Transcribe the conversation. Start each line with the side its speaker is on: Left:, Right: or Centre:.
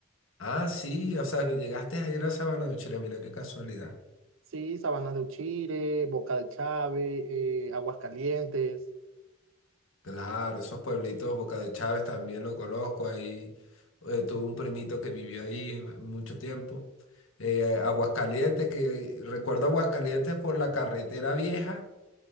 Left: Ah, sí, o sea que llegaste ayer a Sabana de Chile, mira qué casualidad.
Right: Sí, Sabana de Uchiri, Boca de Chávez, eh, Aguascalientes.
Left: Claro, esos pueblitos, Boca de Chávez también lo conozco, ahí eh, tuve un primito que vivió ahí eh, mucho tiempo. Eh, Aguascalientes, que recuerdo Aguascalientes por la carretera vieja,